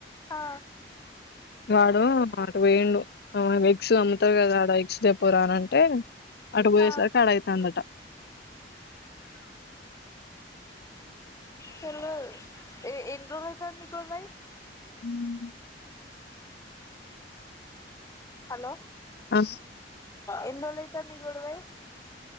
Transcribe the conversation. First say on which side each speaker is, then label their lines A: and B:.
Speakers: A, on the left; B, on the left.
A: ఆ
B: వాడు అటు పోయిండు ఆ ఎగ్గ్స్ నేను అమ్ముతా కదా ఎగ్ స్టెప్ పోరార అంటే అటు పోయేసరికి
A: ఆ
B: అడై దట
A: తెలవదు ఎ ఎన్ని రోజులు అయితాంది తివేయ్
B: <unintelligible>
A: హలో
B: ఆ
A: ఎన్ని రోజులయితాందిగొడవయ్యి